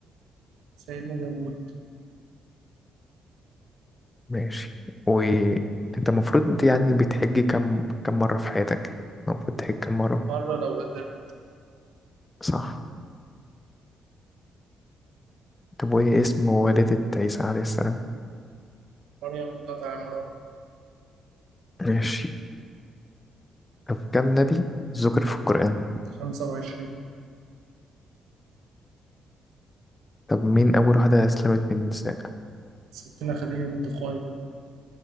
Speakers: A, on the right; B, on the left.
A: سيدنا داوود
B: ماشي وأنت المفروض يعني بتحج كم كم مرة في حياتك المفروض تحج كم مرة
A: مرة لو قدر
B: صح طب وإيه اسم والدة عيسى عليه السلام
A: مريم بنت عمران
B: ماشي طب كم نبي ذكر في القرآن
A: خمسة وعشرين
B: طب مين أول واحدة أسلمت من النساء؟
A: ستنا خديجة بنت خويلد